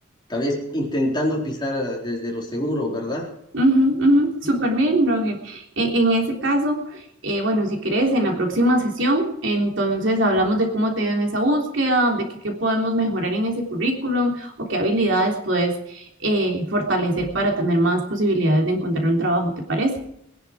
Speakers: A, on the left; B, on the right.
A: tal vez intentando pisar desde lo seguro, ¿verdad?
B: Ujú, ujú, Súper bien, Roger. E- En, ese caso, eh, bueno, si querés, en la próxima sesión, entonces hablamos de cómo te ha ido en esa búsqueda, de qué, qué podemos mejorar en ese currículum o qué habilidades puedes eh, fortalecer para tener más posibilidades de encontrar un trabajo, ¿te parece?